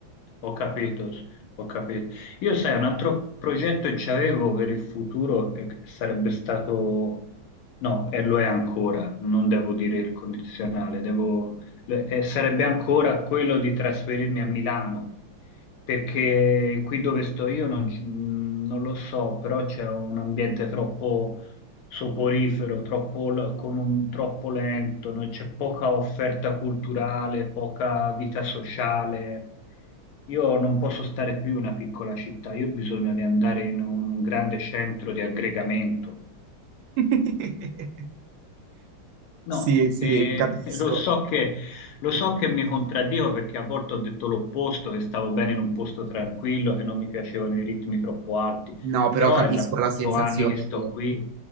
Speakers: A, on the left; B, on the right.
A: ho capito, ho capito. Io sai, un altro progetto che c'avevo per il futuro e che sarebbe stato, no, e lo è ancora, non devo dire il condizionale, devo, le- e sarebbe ancora quello di trasferirmi a Milano, perché qui dove sto io non, ci- mm, non lo so, però c'è un ambiente troppo soporifero, troppo, l- con un- troppo lento, no? C'è poca offerta culturale, poca vita sociale. Io non posso stare più in una piccola città, io ho bisogno di andare in un, un grande centro di aggregamento.
B: <laughs>
A: No,
B: Sì, sì,
A: e
B: ti capisco.
A: <laughs> lo so che, lo so che mi contraddico perché a volte ho detto l'opposto, che stavo bene in un posto tranquillo, che non mi piacevano i ritmi troppo alti,
B: No, però
A: però
B: capisco
A: è da quattro
B: la sensazione
A: anni che sto
B: che...
A: qui.